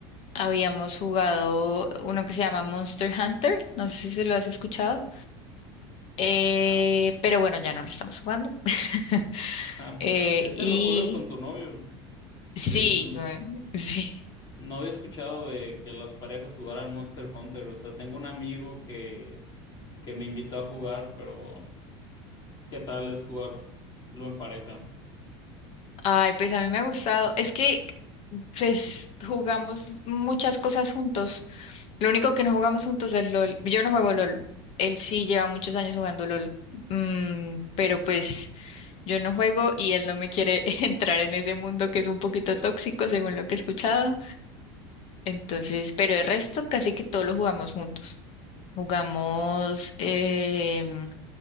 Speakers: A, on the left; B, on the left.
A: habíamos jugado uno que se llama Monster Hunter, no sé si se lo has escuchado, eh,
B: Ah,
A: pero bueno, ya no lo estamos jugando. <laughs>
B: ja.
A: Eh,
B: Ese
A: y
B: lo juegas con tu novio.
A: sí,
B: Es, no,
A: bueno, sí.
B: no había escuchado de que las parejas jugaran Monster Hunter. O sea, tengo un amigo que, que me invitó a jugar, pero ¿qué tal es jugarlo en pareja?
A: Ay, pues a mí me ha gustado. Es que Pues jugamos muchas cosas juntos. Lo único que no jugamos juntos es LOL. Yo no juego LOL. Él sí lleva muchos años jugando LOL. Mm, pero pues yo no juego y él no me quiere <laughs> entrar en ese mundo que es un poquito tóxico, según lo que he escuchado. Entonces, pero el resto casi que todo lo jugamos juntos. Jugamos, em,